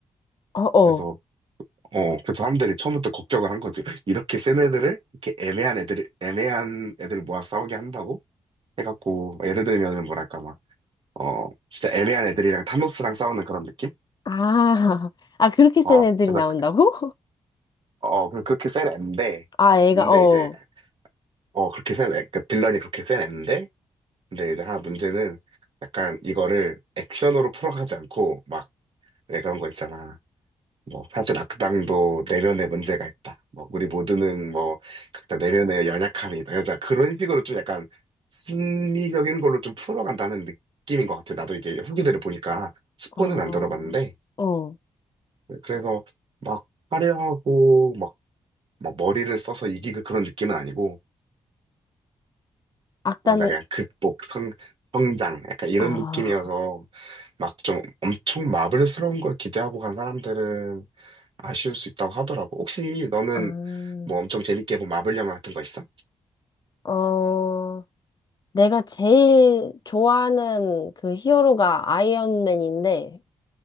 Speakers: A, on the left (about 40°); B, on the right (about 55°).
A: 어, 어.
B: 그래서 어 그래서 사람들이 처음부터 걱정을 한 거지 이렇게 센 애들을 이렇게 애매한 애들 애매한 애들을 모아 싸우게 한다고 해갖고 막 예를 들면은 뭐랄까 막 어 진짜 애매한 애들이랑 타노스랑 싸우는 그런 느낌?
A: 아. <laughs> 아, 그렇게 센
B: 어
A: 애들이
B: 그래서
A: 나온다고?
B: 그- 어 그- 그렇게 센 앤데
A: <laughs> 아, 애가,
B: 근데
A: 어.
B: 이제 어 그렇게 센 애, 그 빌런이 그렇게 센 앤데 근데 이제 하나 문제는 약간 이거를 액션으로 풀어가지 않고 막 왜 그런 거 있잖아 뭐 사실 악당도 내면에 문제가 있다. 뭐 우리 모두는 뭐 각자 내면에 연약함이 있다. 그래서 그런 식으로 좀 약간 심리적인 걸로 좀 풀어간다는 느낌인 것 같아. 나도 이게 후기들을 보니까 스포는
A: 어,
B: 안 들어봤는데
A: 어,
B: 네, 그래서 막 화려하고 막, 막 머리를 써서 이기고 그런 느낌은 아니고
A: 악단에,
B: 그냥 그냥 극복, 성, 성장 약간 이런
A: 아,
B: 느낌이어서 막 좀 엄청 마블스러운 걸 기대하고 간 사람들은 아쉬울 수 있다고 하더라고. 혹시 너는
A: 아,
B: 뭐 엄청 재밌게 본 마블 영화 같은 거 있어?
A: 어, 내가 제일 좋아하는 그 히어로가 아이언맨인데,